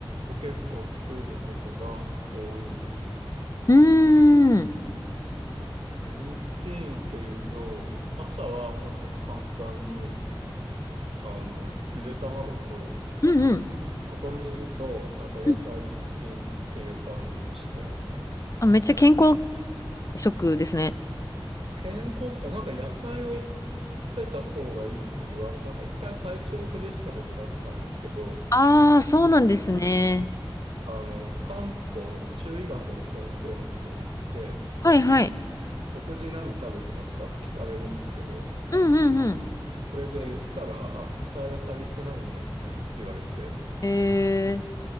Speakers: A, on the right; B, on the left.
A: で結構作ることが多いんですよね。
B: うーん。うん
A: ルーティーンっていうと、朝は本当に簡単に、あの、ゆで卵と、
B: うん。
A: <laughs> オートミールと、なんか野菜一品っていう感じにしてますね。
B: うんあ、めっちゃ健康食ですね。
A: 健康っていうか、なんか野菜をい食べた方がいいって言われ、なんか一回体調を崩したことがあったんですけど、
B: ああ、そうなんですね。
A: あの、漢方、中医学の先生のとこに行って、
B: はいはい。
A: 食事何食べてますかって聞かれるんですけど、
B: うんうんうん。
A: それで言ったら、あ、野菜が足りてないね、みたいに言われて、
B: ええ